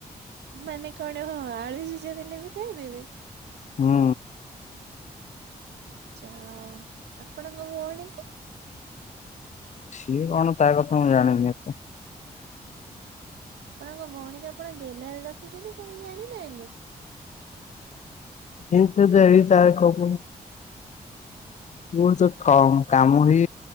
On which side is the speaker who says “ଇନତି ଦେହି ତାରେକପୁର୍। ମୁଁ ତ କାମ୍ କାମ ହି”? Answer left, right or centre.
Left